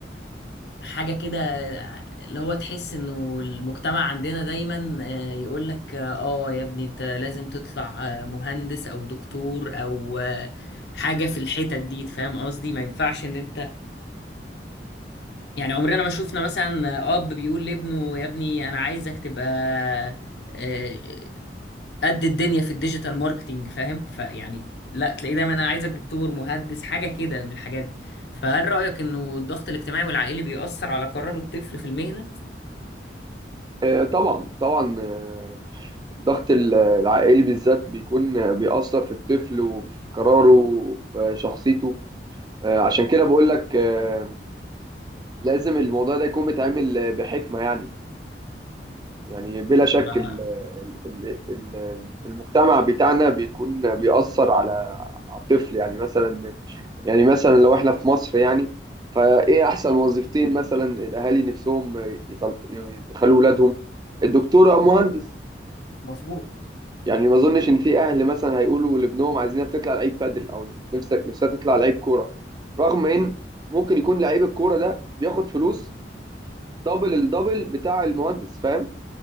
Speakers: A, on the left; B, on the right.
A: حاجة كده اللي هو تحس انه المجتمع عندنا دايما آه، يقول لك اه آه يا ابني انت لازم تطلع آه، مهندس او دكتور او آه، حاجة في الحتت دي فاهم قصدي ما ينفعش ان انت يعني عمرنا ما شفنا مثلا اب بيقول لابنه يا ابني انا عايزك تبقى آه، آه، قد الدنيا في الديجيتال ماركتينج فاهم فيعني لا تلاقيه دايما انا عايزك دكتور مهندس حاجة كده من الحاجات دي فهل رأيك انه الضغط الاجتماعي والعائلي بيأثر على قرار الطفل في المهنة؟
B: آه، طبعا طبعا آه، الضغط ال- العائلي بالذات بيكون بيأثر في الطفل وفي قراره وفي شخصيته آه، عشان كده بقول لك آه، لازم الموضوع ده يكون متعامل آه، بحكمة يعني يعني بلا شك
A: انا
B: ال- ال- ال- ال- المجتمع بتاعنا بيكون بيأثر على على الطفل يعني مثلا يعني مثلا لو احنا في مصر يعني فايه احسن وظيفتين مثلا الاهالي نفسهم يطل- يخلوا ولادهم الدكتور او مهندس
A: مظبوط
B: يعني ما اظنش ان في اهل مثلا هيقولوا لابنهم عايزينك تطلع لعيب بادل او نفسك نفسها تطلع لعيب كوره رغم ان ممكن يكون لعيب الكوره ده بياخد فلوس دبل الدبل بتاع المهندس فاهم